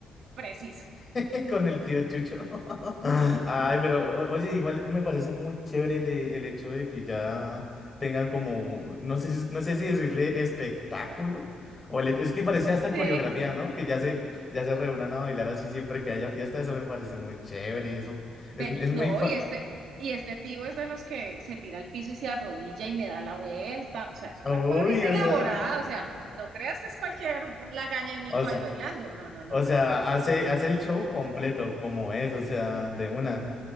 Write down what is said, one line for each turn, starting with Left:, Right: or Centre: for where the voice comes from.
Right: Preciso.
Left: <laughs> con el tío Chucho. <laughs> Ay, pero o- oye, igual me parece muy chévere el, e- el hecho de que ya tengan como, no sé, si- no sé si decirle espectáculo. O el- es que parece hasta
Right: Sí.
Left: coreografía, ¿no? Que ya se, ya se reúnan a bailar así siempre que haya fiesta. Eso me parece muy chévere. Eso es,
Right: Vení,
Left: es muy
Right: no,
Left: fa-
Right: y este, y este tío es de los que se tira al piso y se arrodilla y me da la vuelta, o sea, es
Left: Uy,
Right: una cosa bien elaborada,
Left: o sea,
Right: o sea, no creas que es cualquier lagaña de mico
Left: o sea,
Right: ahí bailando, no, no, no,
Left: o
Right: no,
Left: sea, hace, hace el show completo como es, o sea, de una.